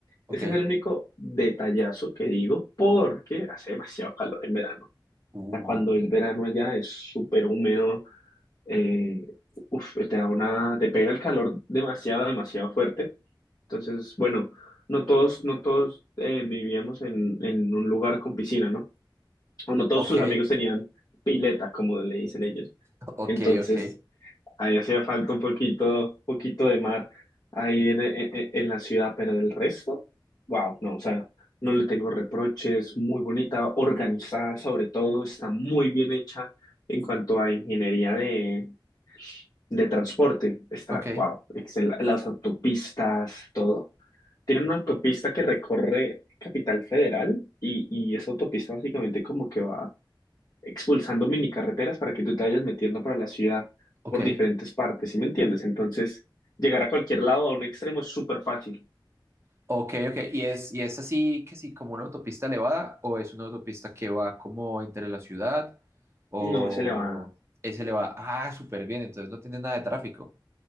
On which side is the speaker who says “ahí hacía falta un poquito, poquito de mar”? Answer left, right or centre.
Left